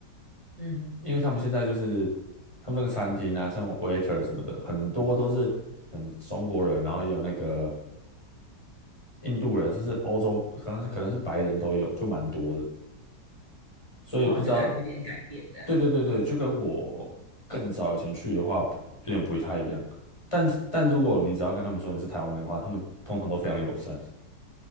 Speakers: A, on the right (about 25°); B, on the left (about 15°).
A: 嗯
B: 因为他们现在就是他们那个餐厅啊，像 waiter 什么的，很多都是嗯中国人，然后也有那个印度人，甚至欧洲，可能是可能是白人都有，就蛮多的。所以不知道，
A: 哼，哦，就感觉有点改变这样。
B: 对对对对，就跟我更早以前去的话，不有点不太一样。但但如果你只要跟他们说你是台湾人的话，他们通常都非常友善。